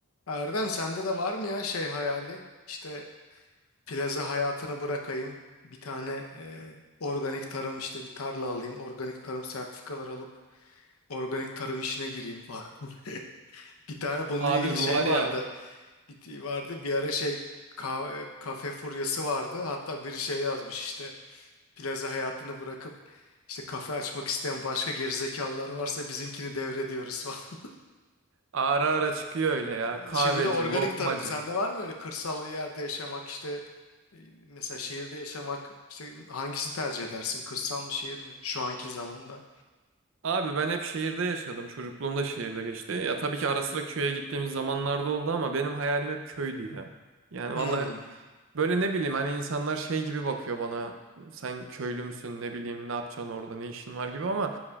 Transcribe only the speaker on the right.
Abi
bu
var
ya
Ara ara çıkıyor öyle ya.
Kahveci,
lokmacı.
Abi ben hep şehirde yaşadım. Çocukluğum da şehirde geçti. Ya tabii ki ara sıra köye gittiğimiz zamanlarda oldu ama benim hayalim hep köydü ya. Yani
vallahi Böyle ne bileyim hani insanlar şey gibi bakıyor bana. Sen köylü müsün ne bileyim ne yapacaksın orada ne işin var gibi ama